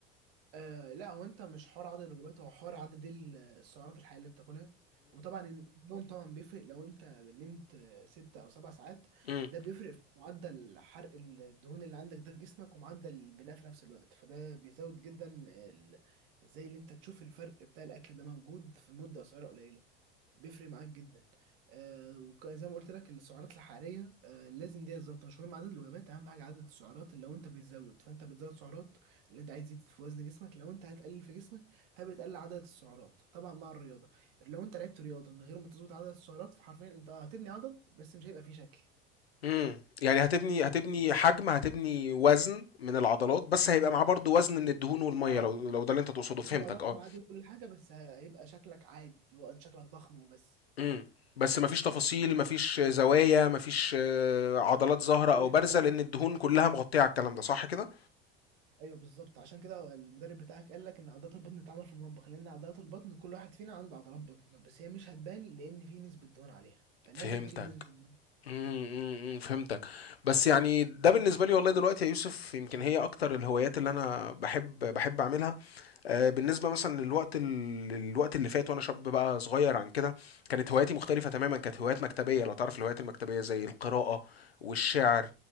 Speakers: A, on the right (about 65°); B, on the left (about 85°).
A: آه لا هو انت مش حوار عدد الوجبات هو حوار عدد ال- السعرات الحقيقيه اللي بتاكلها وطبعا النوم طبعا بيفرق لو انت نمت آه، ست او سبع ساعات
B: امم
A: ده بيفرق في معدل حرق الدهون اللي عندك ده في جسمك ومعدل البناء في نفس الوقت فده بيزود جدا ال... زي اللي انت تشوف الفرق بتاع الاكل ده موجود في مده قصيره قليله بيفرق معاك جدا آه وزي ما قلت لك السعرات الحراريه آه لازم دي بالظبط مش مهم عدد الوجبات اهم حاجه عدد السعرات اللي لو انت بتزود فانت بتزود سعرات اللي انت عايز تزيد في وزن جسمك لو انت هتقلل في جسمك فبتقلل عدد السعرات طبعا مع الرياضه لو انت لعبت رياضه من غير ما تظبط عدد السعرات فحرفيا انت اه هتبني عضل بس مش هيبقى فيه شكل
B: امم يعني هتبني
A: يعني
B: هتبني حجم هتبني وزن من العضلات بس هيبقى معاه برضو وزن من الدهون والميه
A: اه
B: لو لو ده اللي انت تقصده
A: هتبقى
B: فهمتك
A: ضخم
B: اه
A: عادي وكل حاجه بس هيبقى شكلك عادي اللي هو انت شكلك ضخم وبس
B: امم بس مفيش تفاصيل
A: مش هتعمل
B: مفيش زوايا مفيش آه، عضلات ظاهرة
A: اي
B: او بارزة
A: حاجه
B: لان الدهون كلها مغطية على الكلام ده صح كده
A: ايوه بالظبط عشان كده المدرب بتاعك قال لك ان عضلات البطن بتتعمل في المطبخ لان عضلات البطن كل واحد فينا عنده عضلات بطن بس هي مش هتبان لان في نسبه دهون عليها فلازم
B: فهمتك
A: تشيل نسبه الدهون
B: امم أمم، فهمتك بس يعني ده بالنسبة لي والله دلوقتي يا يوسف يمكن هي اكتر الهوايات اللي انا بحب بحب اعملها آه، بالنسبه مثلا للوقت ال- الوقت اللي فات وانا شاب بقى صغير عن كده كانت هواياتي مختلفه تماما كانت هوايات مكتبيه لو تعرف الهوايات المكتبيه زي القراءه والشعر